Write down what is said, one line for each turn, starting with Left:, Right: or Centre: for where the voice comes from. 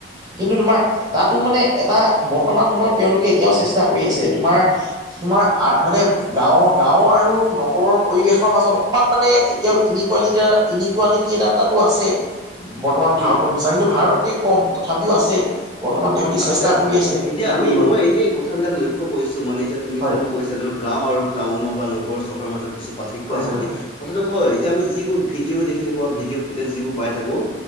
Right: কিন্তু তোমাক তাতো মানে এটা বৰ্তমান সময়ত তেওঁলোকে এতিয়াও চেষ্টা কৰি আছে তোমাৰ তোমাৰ আ মানে গাঁৱৰ গাঁও আৰু নগৰৰ পৰিৱেশৰ মাজত অকণমান মানে এতিয়াও ইনিকুৱালিটা ইনিকুৱালিটি এটা তাতো আছে বট বৰ্তমান ভাৰতৰ
Left: উম
Right: নিচিনা কিন্তু ভাৰতকে কম তথাপিও আছে। বৰ্তমান তেহঁতি
Left: আছে-আছে
Right: চেষ্টা কৰি আছে
Left: এতিয়া
Right: ঠিক
Left: আমি
Right: কৰিবলৈ
Left: মই এনেই কথাবিলাক লৈ লক্ষ্য কৰিছোঁ মানে এতিয়া তুমি
Right: হয়
Left: যোনটো কৈছা <unintelligible> গাঁও আৰু টাউনৰ বা নগৰৰ চহৰৰ মাজত কিছু পাৰ্থক্য
Right: হয়
Left: আছে
Right: হয়
Left: বুলি
Right: হয়
Left: কথাটো হয় এতিয়া আমি যিবোৰ ভিডিঅ' দেখি থাকো বা ভিডিঅ' ফুটেজ যিবোৰ পাই থাকো